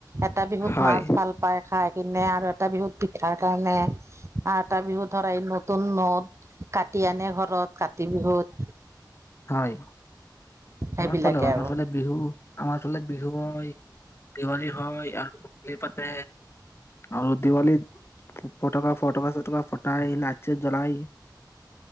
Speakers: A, on the right (about 40°); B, on the left (about 35°).
A: এটা বিহুত
B: হয়
A: মাছ ভাল পাই খাই। কিনে আৰু এটা বিহুত পিঠাৰ কাৰণে আ এটা বিহু ধৰা এই ন টো নত কাট। তিয়নে ঘৰত কাতি বিহুত
B: হয় আমাৰ
A: সেইবিলাকে
B: ফালেও আমাৰ
A: আৰু।
B: ফালে বিহু আমাৰ ফালে বিহুই দিৱালী হয় আৰু হোলী পাতে আৰু দিৱালীত ফটকা ফটকা চটকা ফটাই লাইট চাইত জলায়